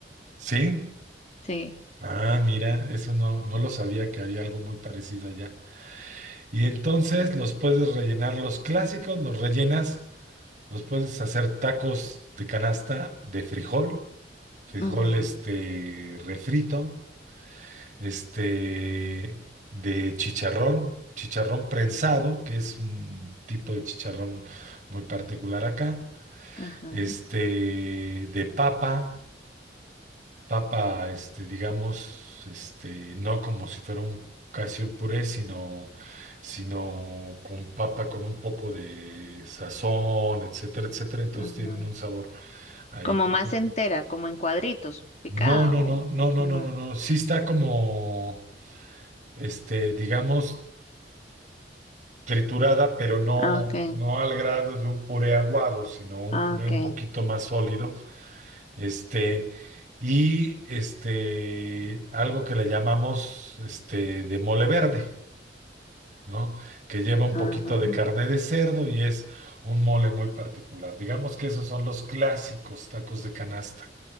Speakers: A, on the right; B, on the left.
A: sí,
B: Sí.
A: ah, mira, eso no, no lo sabía que había algo muy parecido allá. Y entonces los puedes rellenar los clásicos, los rellenas, los puedes hacer tacos de canasta de frijol, frijol
B: ujú,
A: este refrito, este de chicharrón, chicharrón prensado, que es un tipo de chicharrón muy particular acá,
B: ajá,
A: este de papa, papa, este, digamos, este, no como si fuera un casi un puré, sino, sino con papa con un poco de sazón, etcétera, etcétera. Entonces
B: ajá.
A: tienen un sabor ahí
B: Como
A: particular.
B: más entera, como en cuadritos, picada
A: No, no,
B: o,
A: no, no, no,
B: o
A: no,
B: no.
A: no, no. Sí está como, este, digamos, triturada, pero no,
B: Ah, okay.
A: no al grado de un puré aguado, sino un
B: Ah,
A: puré
B: okay.
A: un poquito más sólido Este, y este, algo que le llamamos este, de mole verde, ¿no? Que lleva un
B: Ajá.
A: poquito de carne de cerdo y es un mole muy particular. Digamos que esos son los clásicos tacos de canasta,